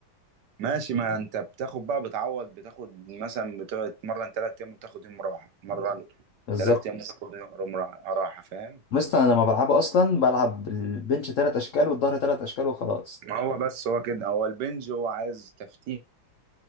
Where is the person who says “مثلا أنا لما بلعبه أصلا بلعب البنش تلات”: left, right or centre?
Left